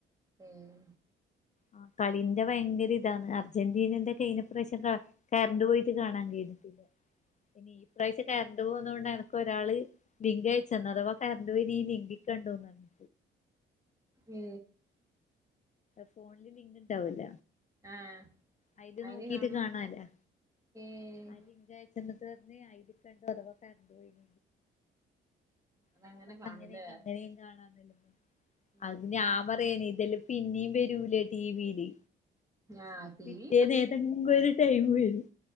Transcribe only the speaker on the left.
ആ കളിന്റെ ഭയങ്കര ഇതാണ് അർജന്റീനന്റെ കൈഞ പ്രാവിശ്യം കറണ്ട് പോയിട്ട് കാണാൻ കഴിഞ്ഞിട്ടില്ല ഇനിഈ പ്രാവശ്യ കറണ്ട് പോകന്ന കൊണ്ട് എനക്ക് ഒരാള് ലിങ്ക് അയച്ച തന്നു അത വാ കറണ്ട് പേ ഈ ലിങ്കി കണ്ട തോന്നണ്ട്
ഫോണില് ലിങ്ക് ണ്ടാവൂല
അയിൽ
നോക്കീട്ട്
കാണാലെ
ലിങ്ക് അയച്ചന്ന് പറഞ്ഞു അയിൽ കണ്ടോ അഥവാ കറന്റ് പോയിന
ഞാൻ പറഞ്ഞ
അങ്ങനെയങ്ക അങ്ങനെയും കാണാന്നല്ല
അത് ഞാൻ പറയാന് ഇതെല്ലാം പിന്നേും വരൂലേ ടിവിയില്
പിറ്റേന്നേതെങ്കിലും
ഒരു ടൈം വരും